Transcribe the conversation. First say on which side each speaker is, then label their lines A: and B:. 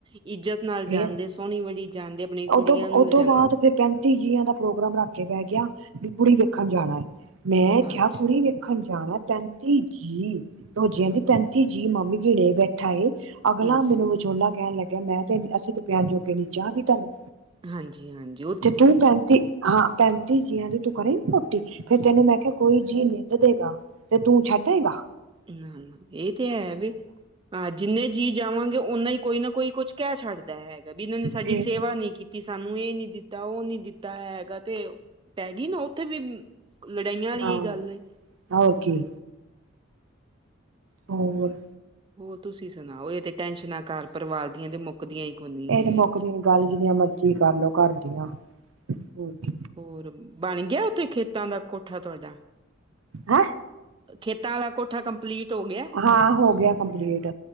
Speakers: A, on the right (about 25°); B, on the right (about 75°).
A: ਇੱਜਤ ਨਾਲ ਜਾਂਦੇ
B: ਫੇਰ
A: ਸੋਹਣੀ ਵੜੀ ਜਾਂਦੇ। ਆਪਣੀ ਕੁੜੀਆਂ
B: ਉਦੋਂ,
A: ਨੂੰ
B: ਉਦੋਂ
A: ਲਿਜਾਂਦਾ
B: ਬਾਅਦ ਫਿਰ ਪੈਂ। ਜੀਆਂ ਦਾ ਪ੍ਰੋਗਰਾਮ ਰੱਖ ਕੇ ਬਹਿ ਗਿਆ ਵੀ ਕੁੜੀ ਵੇਖਣ ਜਾਣਾ। ਮੈਂ ਕਿਹਾ
A: ਅੱਛਾ
B: ਕੁੜੀ ਵੇਖਣ। ਰਖਣ ਜਾਣਾ। ਪੈਂਤੀ ਜੀਅ ਰੋਜ਼ਿਆਂ
A: ਹਾਂ
B: ਦੀ ਪੈਂਤੀ ਜੀਅ ਮਾਮੀ ਗਿਣੇ ਬੈਠਾ ਏ। ਅਗਲਾ
A: ਹਾਂਜੀ
B: ਮੈਨੂੰ ਵਿਚੋਲਾ ਕਹਿਣ ਲੱਗਿਆ ਮੈਂ ਤੇ ਅਸੀਂ ਤੇ ਪਿਆਣ ਜੋਗੇ ਨੀ। ਚਾਹ ਵੀ ਧਰਤੀ।
A: ਹਾਂ ਜੀ ਹਾਂ ਜੀ।
B: ਤੇ ਤੂੰ ਪੈਂਤੀ ਹਾਂ ਪੈਂਤੀ ਜੀਆਂ ਦੀ ਤੂੰ ਕਰੀ ਨੀ ਰੋਟੀ। ਫੇਰ ਤੈਨੂੰ ਮੈਂ ਕਿਹਾ। ਕੋਈ ਜੀਅ ਨਿੰਦ ਦੇਗਾ ਤੇ ਤੂੰ ਛੱਡੇਗਾ।
A: ਹੂ ਇਹ ਤੇ ਹੈ ਵੈ। ਹਾਂ ਜਿੰਨੇ ਜੀਅ ਜਾਵਾਂਗੇ ਉਹਨਾ ਹੀ ਕੋਈ ਨਾ ਕੋਈ ਕੁਝ ਕਹਿ ਛੱਡਦਾ ਹੈਗਾ। ਵੀ ਇਹਨਾਂ ਨੇ ਸਾਡੀ
B: ਤੇ
A: ਸੇਵਾ ਨਹੀਂ ਕੀਤੀ। ਕਿ ਸਾਨੂੰ ਇਹ ਨੀ ਦਿੱਤਾ। ਉਹ ਨੀ ਦਿੱਤਾ ਹੈਗਾ ਤੇ ਪੈ ਗਈ ਨਾ ਉੱਥੇ ਵੀ। ਲੜਾਈਆਂ ਵਾਲੀ
B: ਹਾਂ
A: ਏ ਗੱਲ ਐ।
B: ਹੋਰ ਕੀ ਹੋਰ।
A: ਹੋਰ ਤੁਸੀਂ ਸੁਣਾਓ। ਇਹ ਤੇ ਟੈਨਸ਼ਨਾਂ ਘਰ ਪਰਿਵਾਰ ਦੀਆਂ ਤੇ ਮੁ? ਮੁਕਦੀਆਂ ਈ ਕੋਈ ਨੀ।
B: ਇਹ ਤੇ ਮੁੱਕਦੀ ਗੱਲ ਜਿੰਨੀਆਂ ਮਰਜ਼ੀ ਕਰਲੋ ਘਰ ਦੀਆਂ ਹੋਰ ਕੀ
A: ਹੋਰ ਬਣ ਗਿਆ। ਉੱਥੇ ਖੇਤਾਂ ਦਾ ਕੋਠਾ ਤੁਹਾਡਾ।
B: ਹੈਂ।
A: ਖੇਤਾਂ ਵਾਲਾ ਕੋਠਾ ਕੰਪਲੀਟ ਹੋ ਗਿਆ।
B: ਹਾਂ ਹੋ ਗਿਆ ਕੰਪਲੀਟ।